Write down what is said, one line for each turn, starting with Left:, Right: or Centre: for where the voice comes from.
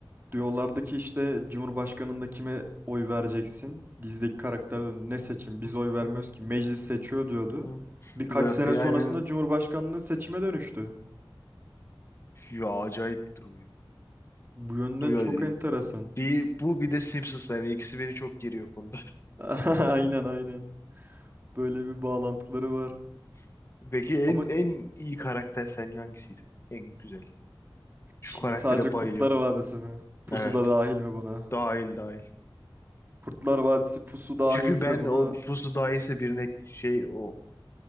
Right: Diyorlardı ki işte Cumhurbaşkanında kime oy vereceksin? Dizdeki karakter diyor, ne seçim
Left: hmm,
Right: biz oy vermiyoruz
Left: hmm,
Right: ki meclis seçiyor diyordu.
Left: hmm.
Right: Birkaç
Left: Bir bak
Right: sene
Left: diye
Right: sonrasında
Left: aynen.
Right: Cumhurbaşkanlığı seçime dönüştü.
Left: Ya acayip bir durum ya.
Right: Bu yönden
Left: Ya,
Right: çok enteresan.
Left: bir, bu bir de Simpsons'lar. Yani ikisi beni çok geriyor bu konuda.
Right: <laughs> Aynen aynen. Böyle bir bağlantıları var.
Left: <laughs> Peki en
Right: Ama
Left: en iyi karakter sence hangisiydi? En güzel. Şu
Right: şimdi
Left: karaktere
Right: sadece
Left: bayılıyorum.
Right: Kurtlar Vadisi mi? Pusu
Left: Evet.
Right: da dahil mi buna?
Left: Dahil dahil.
Right: Kurtlar Vadisi pusu dahilse
Left: Çünkü ben
Right: buna
Left: o pusu daha iyiyse birine şey o